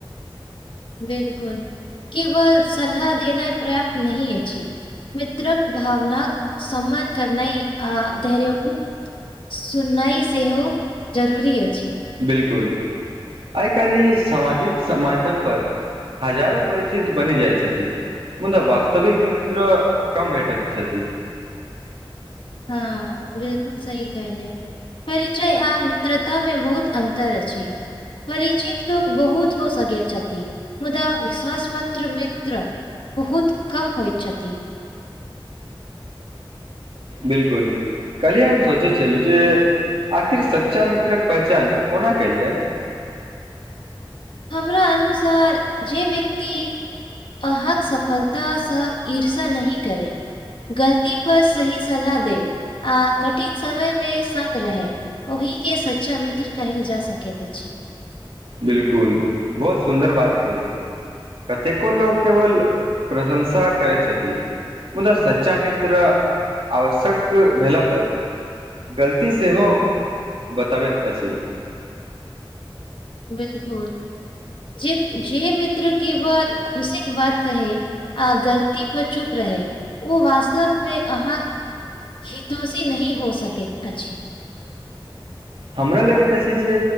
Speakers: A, on the left; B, on the right.
A: बिलकुल केवल सलाह देना पर्याप्त नहि अछि मित्रक भावनाक सम्मान करनाई आ धैर्यपूर्ण सुननाइ सेहो जरूरी अछि
B: बिलकुल आइ काल्हि ई सामाजिक स माजम पर हजारो परिचित बनि जाइ छथि मुदाऽ वस्तविक मित्र कम भेटत छथि
A: हँ बिलकुल सही कहलए परिचय आ मित्रता में बहुत अन्तर अछि परिचित लोक बहुत हो सकैत छथि मुदा विश्वास पात्र मित्र बहुत कम होइ छथि
B: बिलकुल काली हम सोचे छल्लू जे आखिर सच्चा मित्रक पहचान कोना कयल जाय
A: हमरा अनुसार जे व्यक्ति अहाँक सफलतासँ ईर्ष्या नहि करै गलती पर सही सलाह दे आ कठिन समय मे संग रहे ओहि के सच्चा मित्र कहल जा सकेैत अछी
B: बिलकुल बहुत सुन्दर बात कहिये कतेको लोक केवल प्रशंसा करैत छथि मुदा सच्चा मित्र आवश्यक भेला पर गलती सेहो बताबैत अछि
A: बिल्कुल जे जे मित्र केवल खुशी के बात कहे आ गलती पर चुप रहै ओ वास्तवमें अहाँ हितोषी नहि हो सकैत अछी
B: हमरा लगैत अछि जे